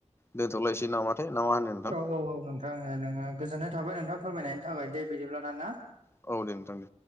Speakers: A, on the right (about 70°); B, on the left (about 20°).
A: औ
B: दोनथ'लायसै
A: औ औ नों
B: नामाथाय ना मा होनो नोंथां
A: ओ नोङो गोजोन्नाय थाबाय नोंथां फोरमनायनि थाखाय दे बिदिब्लाना ना।
B: औ दे नोंथां। दे